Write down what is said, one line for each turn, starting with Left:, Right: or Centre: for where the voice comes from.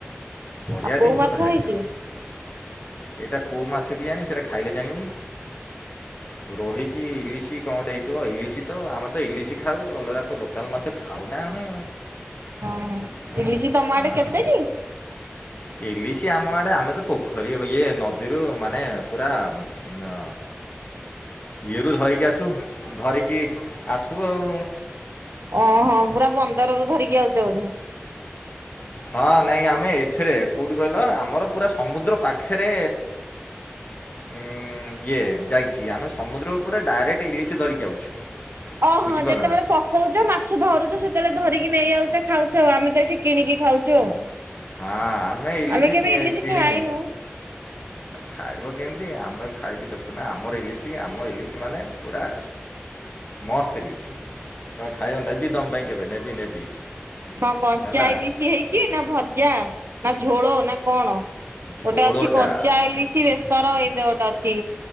Left: ବଢ଼ିଆ
Right: ଆଉ କୋଉ
Left: ଜିନିଷ
Right: ମାଛ
Left: ତ ଖାଇଛୁ।
Right: ହେଇଛି?
Left: ଏଇଟା କୋଉ ମାଛ କିଆଣି ସେଟା ଖାଇଲେ ଜାଣିବି ରୋହିକି ଇଲିଶି କଣ ଗୋଟେ ହେଇଥିବ ଇଲିଶି ତ ଆମେ ତ ଇଲିଶି ଖାଉ ଅଲଗା ତ ଲୋକାଲ ମାଛ ଖାଉ ନା ଆମେ।
Right: ହଁ
Left: ହଁ
Right: ଇଲିସି ତମ
Left: ହଁ
Right: ଆଡେ କେତେ କି?
Left: ଇଲିଶି ଆମ ଆଡେ ଆମେ ତ ପୋଖରୀ ଇଏ ନଦୀରୁ ମାନେ ପୁରା ନା। ଇଏରୁ ଧରିକି ଆସୁ ଧରିକି ଆସୁ ଆଉ।
Right: ଓହଁ ପୁରା ବନ୍ଦରରୁୁ ଧରିକି ଆଉଛ ବୋଧେ।
Left: ହଁ ନାଇଁ ଆମେ ଏଥିରେ କୋଉଠି କହିଲ ଆମର ପୁରା ସମୁଦ୍ର ପାଖରେ ଉଁ ଇଏ ଯାଇଛି ଆମେ ସମୁଦ୍ର ଉପରେ ଡାଇରେକ୍ଟ ଇଲିଶ ଧରିକି ଆଉଛୁ।
Right: ଓହୋ
Left: ବୁଝିପାରିଲ
Right: ଯେତେବେଳେ
Left: ନା
Right: ପକଉଛ ମାଛ ଧରୁଛ ସେତେବେଳେ ଧରିକି ନେଇ ଆଉଛ ଖାଉଛ ଆଉ ଆମେ ତ ଏଇଠି କିଣିକି ଖାଉଛୁ ଆଉ।
Left: ହଁ ଇଲିଶି
Right: ଆମେ କେବେ
Left: କି-
Right: ଇଲିସି
Left: କିଣିନି
Right: ଖାଇନୁ?
Left: ଖାଇବ କେମିତି ଆମେ ଖାଇକି ଦେଖୁନା ଆମର ଇଲିଶି ଆମ ଇଲିଶି ମାନେ ପୁରା ମସ୍ତ ଇଲିସି। ତମେ ଖାଇବ ନେବି ତମ ପାଇଁ। ନେବି ନେବି
Right: ହଁ କଞ୍ଚା
Left: ହେଲା
Right: ଇଲିସି ହେଇଛି ଛି ନା ଭଜା ନା ଝୋଳ ନା କଣ
Left: ଝୋଳଟା
Right: ଗୋଟେ ଅଛି କଞ୍ଚା ଇଲିସି ବେ ସର ଏମିତି ଗୋଟେ ଅଛି।